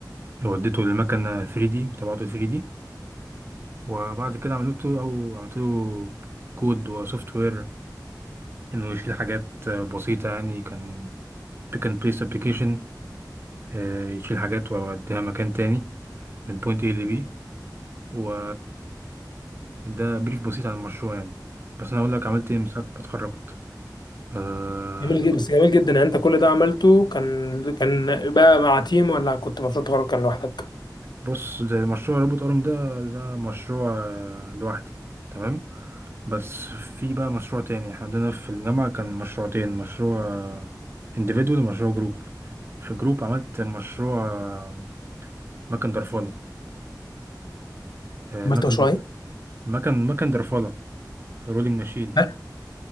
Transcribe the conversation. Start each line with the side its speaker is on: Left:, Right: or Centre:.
Right: وديته للمكنه 3D وطبعته 3D وبعد كده عملته او عملت له كود وسوفت وير انه يشيل حاجات آه، بسيطه يعني كان pick and place application آه، يشيل حاجات ويوديها مكان تاني من point A ل B و ده بريف بسيط عن المشروع يعني بس انا اقول لك عملت ايه من ساعه ما اتخرجت آه،
Left: جميل جدا بس جميل جدا يعني انت كل ده عملته كان كان بقى مع تيم ولا كنت مشروع تخرج كان لوحدك؟
Right: بص ده مشروع روبوت ارم ده ده مشروع آه، لوحدي تمام بس في بقى مشروع تاني احنا عندنا في الجامعة كان مشروعتين مشروع انديفيدوال ومشروع جروب في جروب عملت مشروع آه، مكن درفلة آه،
Left: عملت
Right: مكن
Left: مشروعين؟
Right: درف- مكن مكن درفلة رولينج ماشين
Left: لا